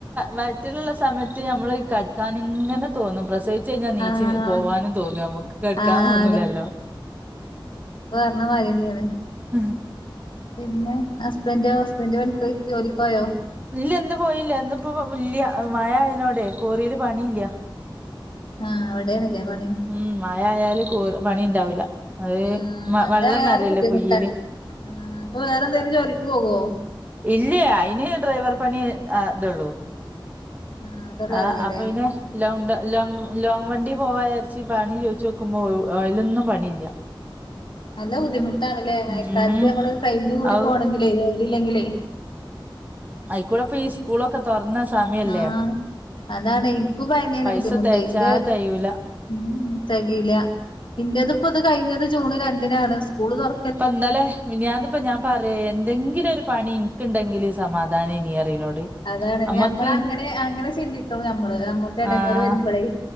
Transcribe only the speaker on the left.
ആഹ്
ആഹ്
ന്ന വാര്യന്നെണ്
പിന്നെ ഹസ്ബൻ്റോ ഹസ്ബൻഡ് പണിക്ക് ജോലിക്കോയോ
ആഹ് അവിടെണല്ലേ പണി
ആഹ് മഴ
ആയാല്
ബുദ്ധിമുട്ടാണ്
അപ്പൊ വേറെ എന്തേലും ജോലിക്ക് പോകോ
ആഹ് അതൊള്ളൂ
അറിയാല്ലേ
നല്ല ബുദ്ധിമുട്ടാണല്ലേ മയക്കാലത്ത്
നമ്മള് കഴിഞ്ഞ് കൂടി
പോണമെങ്കിലേ ജോലി ഇല്ലെങ്കിലേ
ആഹ് അതാണ് ഇന്കും പ്പ അതെന്നെണ്
ബുദ്ധിമുട്ടെ
ഇന്റെ
ഉം തെകേല്ല ഇൻ്റെത്പ്പോ ഇത് കഴിഞ്ഞത് ജൂണ് രണ്ടിനാണ് സ്കൂള് തുറ
അതാണ്
ഞമ്മൾ അങ്ങനെ അങ്ങനെ ചിന്തിക്കണം നമ്മള് നമ്മുക്ക് ഇടങ്ങർ
വരുമ്പോളേ